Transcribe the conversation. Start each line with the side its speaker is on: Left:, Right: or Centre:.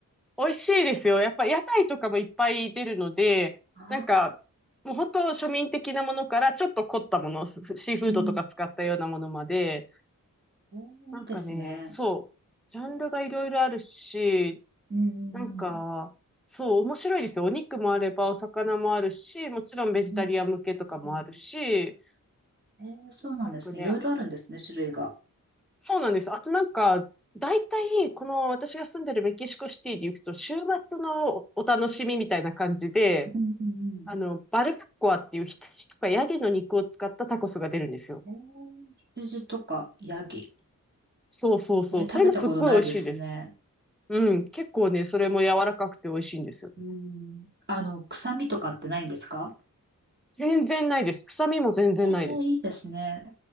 Centre: 美味しいですよ。やっぱ屋台とかもいっぱい出るので、
Right: あ
Centre: なんか、もう本当庶民的なものから、ちょっと凝ったもの、シーフードとか使ったようなものまで、
Right: うん。おーいいですね。
Centre: なんかね、そう。ジャンルがいろいろあるし、
Right: うんうん
Centre: なんか、そう、面白いですよ。お肉もあれば、お魚もあるし、もちろんベジタリアン向けとかもあるし、
Right: うん、うんうん。えー、そうなんですね。
Centre: なんかね、
Right: いろいろあるんですね、種類が。
Centre: そうなんです。あとなんか、大体、この私が住んでるメキシコシティに行くと、週末のお楽しみみたいな感じで、
Right: うんうん
Centre: あの、バルプッコアっていう羊とかヤギの肉を使ったタコスが出るんですよ。
Right: うんえー、羊とかヤギ。
Centre: そうそうそう。
Right: えー、
Centre: それもすっごい美味しいです。
Right: 食べたことないですね。
Centre: うん。結構ね、それも柔らかくて美味しいんですよ。
Right: うん。あの、臭みとかってないんですか
Centre: 全然ないです。臭みも全然ないです。
Right: えー、いいですね。